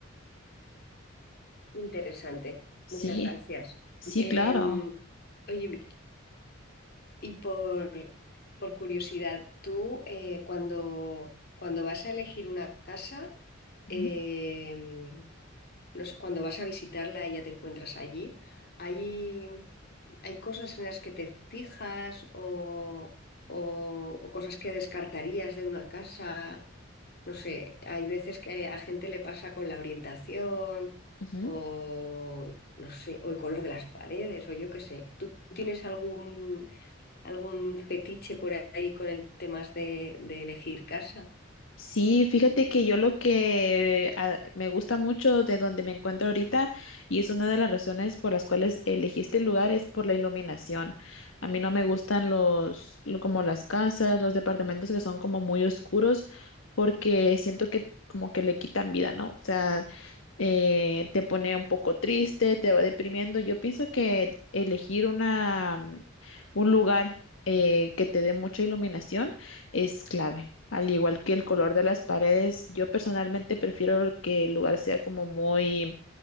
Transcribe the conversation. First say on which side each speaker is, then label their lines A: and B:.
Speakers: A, on the left (about 55°); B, on the left (about 75°).
A: Interesante,
B: Sí,
A: muchas gracias.
B: sí,
A: Em,
B: claro.
A: oye, y por, por curiosidad, tú eh, cuando, cuando vas a elegir una casa,
B: Ujú,
A: em, no sé, cuando vas a visitarla y ya te encuentras allí, hay, hay cosas en las que te fijas o, o- o cosas que descartarías de una casa. No sé, hay veces que a gente le pasa con la orientación
B: ujú.
A: o, no sé, o el color de las paredes o yo qué sé. ¿Tú tienes algún, algún fetiche por ahí con el tema de, de elegir casa?
B: Sí, fíjate que yo lo que ah, me gusta mucho de donde me encuentro ahorita y es una de las razones por las cuales elegí este lugar es por la iluminación. A mí no me gustan los lo- como las casas, los departamentos que son como muy oscuros porque siento que como que le quitan vida, ¿no? O sea, eh, te pone un poco triste, te va deprimiendo. Yo pienso que elegir una, mm, un lugar eh, que te dé mucha iluminación es clave. Al igual que el color de las paredes, yo personalmente prefiero que el lugar sea como muy,